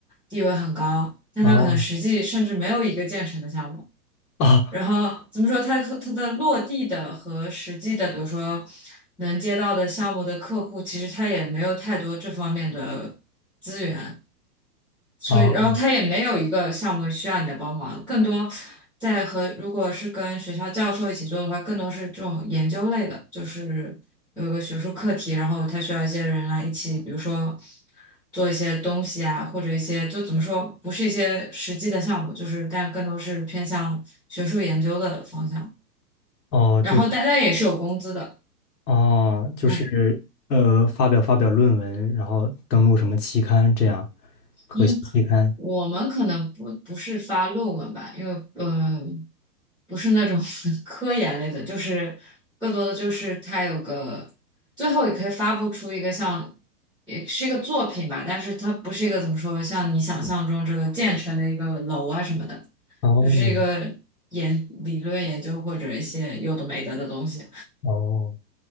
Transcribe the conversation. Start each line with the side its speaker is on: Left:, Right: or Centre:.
Centre: 地位很高，但他可能实际甚至没有一个建成的项目。
Left: 哦哦
Centre: 然后怎么说，它和它的落地的和实际的，比如说能接到的项目的客户，其实他也没有太多这方面的。资源。所以，
Left: 哦
Centre: 然后他也没有一个项目需要你的帮忙，更多在和如果是跟学校教授一起做的话，更多是这种研究类的，就是有一个学术课题，然后他需要一些人来一起，比如说做一些东西啊，或者一些就怎么说，不是一些实际的项目，就是但更多是偏向学术研究的方向。
Left: 哦，
Centre: 然后大家也是有工资的，
Left: 就是。哦，就是呃，
Centre: 嗯
Left: 发表发表论文，然后登录什么期刊这样，核心期刊。
Centre: 嗯。我们可能不不是发论文吧，因为嗯、呃不是那种 <laughs> 科研类的，就是更多的就是它有个最后也可以发布出一个像也是一个作品吧，但是它不是一个怎么说，像你想象中这个建成的一个楼啊什么的，
Left: 哦
Centre: 就是一个研理论研究或者一些有的没的的东西。
Left: 哦，